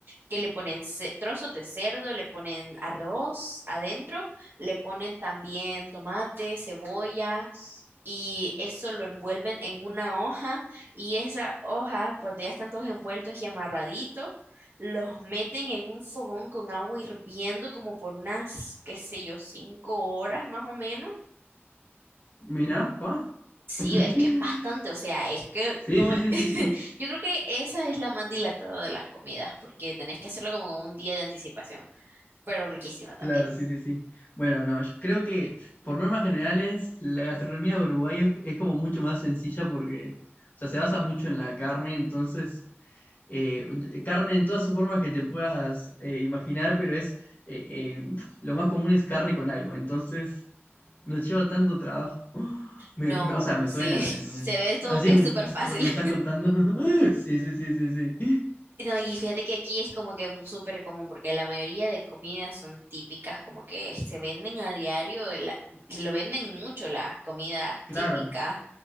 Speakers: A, on the right; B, on the left.
A: que le ponen ce- trozos de cerdo, le ponen arroz adentro, le ponen también tomate, cebolla, y eso lo envuelven en una hoja, y esa hoja, cuando ya están todos envueltos y amarraditos, los meten en un fogón con agua hirviendo como por unas, qué sé yo, cinco horas más o menos.
B: Mirá, pa.
A: Sí,
B: <laughs>
A: es que es bastante, o sea, es que
B: Sí,
A: no,
B: sí, sí,
A: <laughs>
B: sí, sí.
A: yo creo que esa es la más dilatada de las comidas, porque tenés que hacerlo como con un día de anticipación, pero riquísima también.
B: Claro, sí, sí, sí. Bueno, no, yo creo que por normas generales la gastronomía de Uruguay es, es como mucho más sencilla porque, o sea, se basa mucho en la carne, entonces, eh, carne en todas sus formas que te puedas eh, imaginar, pero es, eh, eh, lo más común es carne con algo, entonces no lleva tanto trabajo. <gasps> Me-
A: No,
B: me- o sea, me
A: sí,
B: suena,
A: <laughs> se
B: me- me-
A: ve todo
B: así
A: que es súper fácil.
B: por lo que me estás contando. <laughs> Sí, sí, sí, sí, sí.
A: No, y fíjate que aquí es como que mu- súper común, porque la mayoría de comidas son típicas, como que se venden a diario, la- se lo venden mucho las comidas
B: Claro,
A: típicas.